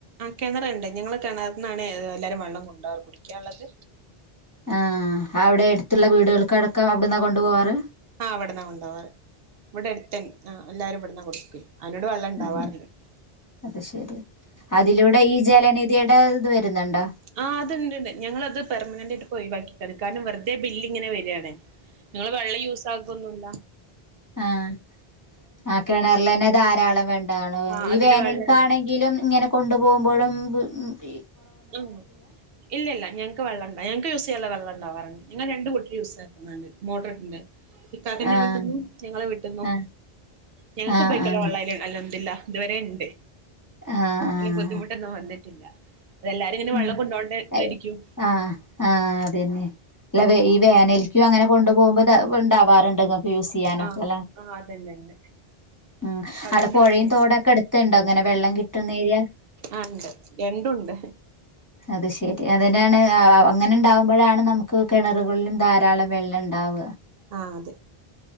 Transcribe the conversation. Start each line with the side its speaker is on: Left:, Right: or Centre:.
Right: കെണറ്ണ്ട് ഞങ്ങള് കിണറ്ന്നാണ് എല്ലാരും വള്ളം കൊണ്ടോറ് കുടിക്കാള്ളത്
Left: ആഹ് അവിടെ അട്ത്തുള്ള വീടുകൾക്കടക്കം അവിടന്നാ കൊണ്ടുപോവാറ്.
Right: ആഹ് അവിടന്നാ കൊണ്ടാവാറ് ഇവിടെടടുത്തന്നെ ആഹ് എല്ലാരും ഇവിട്ന്നാ കൊടുക്കല് അങ്ങട് വെള്ളം ണ്ടാവാറില്ല
Left: ഉം അത് ശെരി അതിലൂടെ ഈ ജലനിധിടെ ഇത് വരുന്നൊണ്ടോ
Right: ആഹ് അത്ണ്ട്ണ്ട് ഞങ്ങളത് പെർമനന്റ് ആയിട്ടിപ്പൊയിവാക്കിക്കാണ് കാരണം വെർതെ ബില് ഇങ്ങനെ വരാണ് ഞങ്ങള് വെള്ളം യൂസ് ആകൊന്നുല്ല
Left: ആഹ് ആഹ് കിണറലന്നെ ധാരാളം വേണ്ടാണ്
Right: ആ
Left: ഈ
Right: അതില്
Left: വേനൽക്കാണെങ്കിലും
Right: വെള്ളണ്ട്
Left: ഇങ്ങനെ കൊണ്ടു പോകുമ്പോഴും മ്പ് മ്പി
Right: ആഹ് ഇല്ല ഇല്ല ഞങ്ങക്ക് വെള്ളംണ്ടാ ഞങ്ങക്ക് യൂസെയ്യാനുള്ള വെള്ളം ഇണ്ടാവാറുണ്ട് ഞങ്ങൾ രണ്ട്കൂട്ടര് യൂസ്സാക്കുന്നണ്ട് മോട്ടറിട്ട്ണ്ട് ഇകാക്കന്റെ
Left: ആഹ്
Right: വിട്ടുന്നു ഞങ്ങള് വിട്ടുന്നു
Left: ആഹ്
Right: ഞങ്ങക്ക്
Left: ആഹ്
Right: ഉപയിക്കാനള്ള
Left: ആഹ്
Right: വള്ള അയ്ല് അൽഹംതിലിള്ള ഇതുവരെ ഇണ്ട്
Left: ആഹ്
Right: ഇനി ബുദ്ധിമുട്ടൊന്നും വന്നിട്ടില്ല അതെല്ലാരും ഇങ്ങനെ
Left: ഉം
Right: വെള്ളം കൊണ്ടോണ്ടേ
Left: ഐ
Right: ഇരിക്കും
Left: ആഹ് ആഹ് അതന്നെ അല്ല ഈ വേനൽ ക്കും അങ്ങനെ കൊണ്ടുപോമ്പൊ തെ ഇണ്ടാവാറുണ്ട് നിങ്ങക്ക് യൂസ് ചെയ്യാനൊക്കെല്ല
Right: ആഹ് ആഹ് അത്ണ്ട്ണ്ട്
Left: ഉം
Right: അതുകൊണ്ട്
Left: അവിടെ പൊഴയും
Right: വല്യ
Left: തോടൊക്കെ അടുത്തിണ്ടോ ഇങ്ങനെ വെള്ളം കിട്ടുന്നേരിയ
Right: ആണ്ട് രണ്ടുണ്ട്
Left: അത് ശരി അതിനാണ് അ അ അങ്ങനിണ്ടാവമ്പഴാണ് നമുക്ക് കിണറുകളിലും ധാരാളം വെള്ള ണ്ടാവ
Right: ആഹ് അതെ